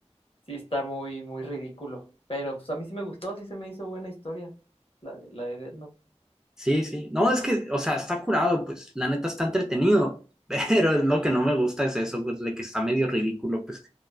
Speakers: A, on the left; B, in the centre.
A: sí está muy, muy ridículo. Pero pues a mí sí me gustó, sí se me hizo buena historia, la de, la de Death Note.
B: sí, sí. No, es que, o sea, está curado, pues, la neta está entretenido, <laughs> pero es lo que no me gusta es eso, pues, de que está medio ridículo, pues.